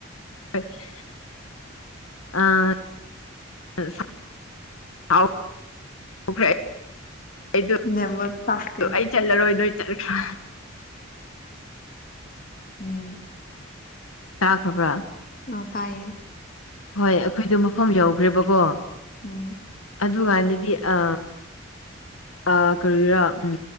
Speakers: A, on the left; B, on the left.
A: ꯍ <unintelligible> ꯑꯥ <unintelligible>
B: <unintelligible>
A: ꯑꯩ ꯆꯠꯂꯔꯣꯏ ꯅꯣꯏ ꯆꯠꯈ꯭ꯔꯥ
B: ꯎꯝ
A: ꯇꯥꯈ꯭ꯔꯕ꯭ꯔꯥ
B: ꯑ ꯇꯥꯏꯌꯦ꯫
A: ꯍꯣꯏ ꯑꯩꯈꯣꯏꯗꯣ ꯃꯐꯝ ꯌꯧꯈ꯭ꯔꯦꯕꯀꯣ
B: ꯎꯝ
A: ꯑꯗꯨꯀꯥꯟꯗꯗꯤ ꯑ ꯑ ꯀꯔꯤꯔꯥ ꯎꯝ